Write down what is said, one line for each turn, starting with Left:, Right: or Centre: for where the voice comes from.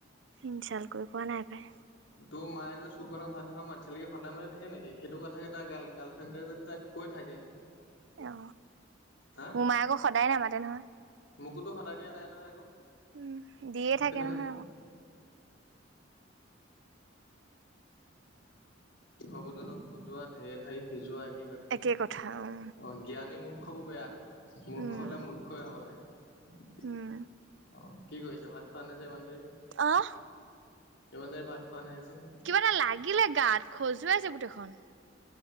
Right: ইনঞ্চাল কৰি কোৱা নাই পায়।
Left: তোৰ মায়ে যে চুকনক ভাত খোৱা মাছিলে সন্ধান মতে থাকে নেকি সেইটো কথা। এটা গাল গাল তেন্তে যদি তাক কৈ থাকে।
Right: অ,
Left: হা
Right: মোৰ মায়ে আক সদায় নামাতে নহয়।
Left: মোকোতো সদায় দিয়া নাই নহয় আকৌ।
Right: উম দিয়ে থাকে
Left: তেনেকুৱা
Right: নহয় আকৌ।
Left: অবুজনক বুজোৱা ঢেৰ ঠাই সিজোৱা একে কথা।
Right: একে কথা অহ।
Left: অজ্ঞানী মূৰ্খ বোৰ বেয়া, মূৰ্খ
Right: উম
Left: হ'লে মূৰ্খই হ'ব লাগে। অ
Right: উম
Left: কি কৰিছা ভাত খোৱা নাই যে ইমান দেৰি।
Right: অহ'?
Left: টো ইমান দেৰি ভাত খোৱা নাই যে?
Right: কিবা এটা লাগিলে গাত, খজুৱাইছে গোটেইখন।